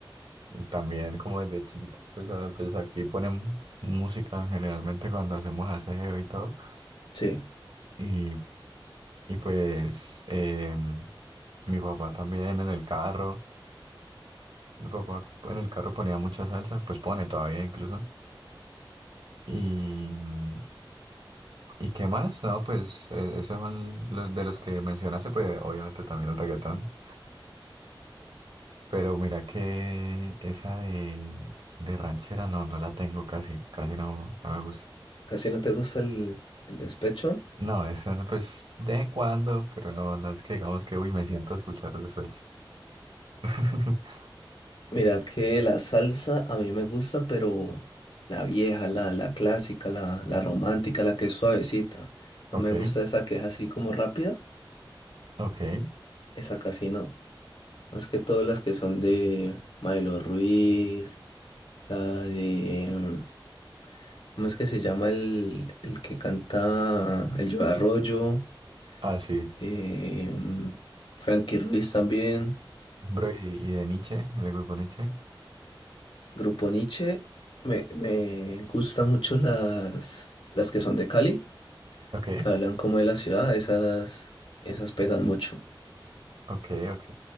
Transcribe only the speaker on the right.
También como desde chiquito, pues, a- pues aquí ponen música generalmente cuando hacemos aseo y todo.
Y, y pues eh, mi papá también en el carro, mi papá en el carro ponía mucha salsa, pues pone todavía incluso. Y, mm, ¿y qué más? No, pues eh, esos son los de los que mencionaste, pues obviamente también el reggaetón. Pero mira que esa de, de ranchera no, no la tengo casi, casi no, no me gusta.
No, esa no, pues de vez en cuando, pero no, no es que digamos que uy, me siento a escuchar despecho. <laughs>
Ok,
ok.
Ah, sí.
Bro, y, y de Nietzsche, del grupo Nietzsche.
Ok,
ok, ok.